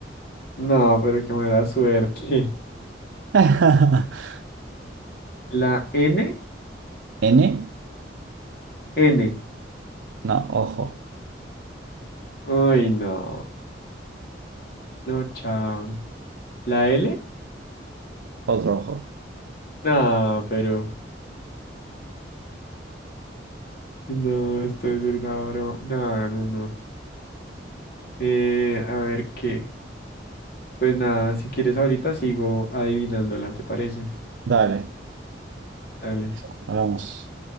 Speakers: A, on the left; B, on the right.
A: No, pero qué mala suerte.
B: <laughs>
A: La N.
B: ¿N?
A: N.
B: No, ojo,
A: Uy, no. No, chao. ¿La L?
B: otro ojo.
A: No, pero. No, esto es una broma. No, no, no. Eh, a ver qué. Pues nada, si quieres ahorita sigo adivinándola, ¿te parece?
B: Dale,
A: Dale.
B: eso, hablamos.